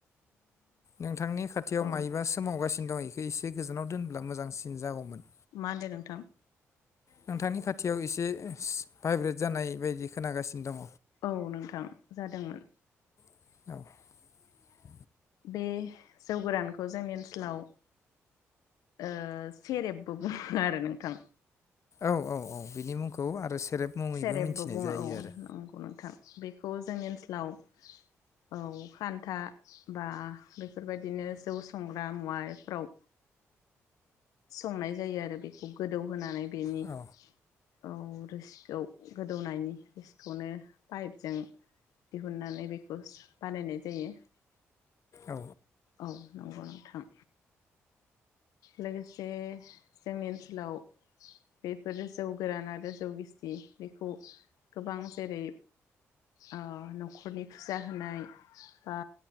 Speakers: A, on the left; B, on the left.
A: नोंथांनि खाथियाव
B: औ
A: मायोबा सोमावगासिनो दं इखौ एसे गोजानाव दो दोनब्ला मोजांसिन जा जागौमोन!
B: मा होनदो नोंथां?
A: नोंथांनि खाथि खाथियाव एसे भाइब्रेट जानाय बायदि खोनागासिनो दं।
B: औ नोंथां जादोंमोन।
A: <inaudible>
B: बे जौ गोरानखौ जोंनि ओनसोलाव ओ सेरेबबो बुङो आरो नोंथां।
A: औ औ औ बिनि मुंखौ आरो सेरेब मुङैबो
B: सेरेबबो
A: मिथिनाय
B: बुङो
A: जायो
B: औ
A: आरो
B: नंगौ नोंथां बेखौ जोंनि ओनसोलाव औ खान्था बा बेफोरबायदिनो जौ संग्रा मुवाफ्राव संनाय जायो आरो बेखौ गोदौ होनानै बेनि
A: औ
B: ओ रोसि ओ गोदौनायनि <unintelligible> खौनो पाइपजों दिहुननानै बेखौ बानायनाय जायो
A: औ
B: औ नंगौ नों थाम लोगोसे जोंनि ओनसोलाव बेफोरो जौ गोरान आरो जौ गि बेखौ गोबां जेरै अ न'खरनि फुजा होनाय बा